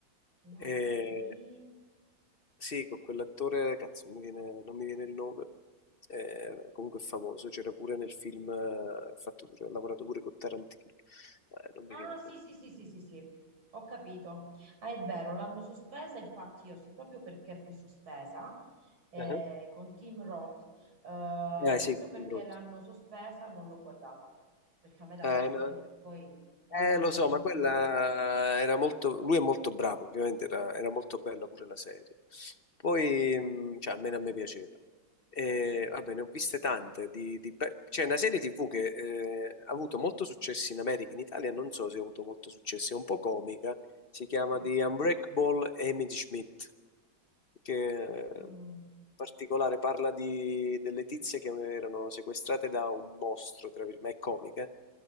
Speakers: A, on the right; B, on the left.
A: Lie
B: E
A: to me,
B: Sì, con quell'attore, cazzo, non mi viene, non mi viene il nome, eh, comunque è famoso, c'era pure nel film, eh, ha fatto pure- ha lavorato pure con Tarantino, Eh, non
A: Ah,
B: mi viene il
A: sì,
B: nome.
A: sì, sì, sì, sì, sì, ho capito. Ah, è vero, l'hanno sospesa, infatti io sì, proprio perché fu sospesa eh,
B: Eh,
A: con Tim Roth, eh,
B: Eh sì,
A: proprio
B: Martin
A: perché
B: Brod.
A: l'hanno sospesa non l'ho guardata, perché a me dà
B: Eh,
A: fastidio
B: no,
A: che poi rimango
B: Eh, lo so,
A: col
B: ma quella
A: dubbio.
B: era molto. Lui è molto bravo, ovviamente era, era molto bella pure la serie. Poi, mh, cioè, almeno a me piaceva. E, vabbè, ne ho viste tante. Di, di be- C'è una serie TV che eh, ha avuto molto successo in America, in Italia non so se ha avuto molto successo, è un po' comica. Si chiama
A: Mm,
B: The Unbreakable Amy Schmidt, che eh,
A: mm.
B: in particolare parla di, delle tizie che erano sequestrate da un mostro, tra virgolette, ma è comica.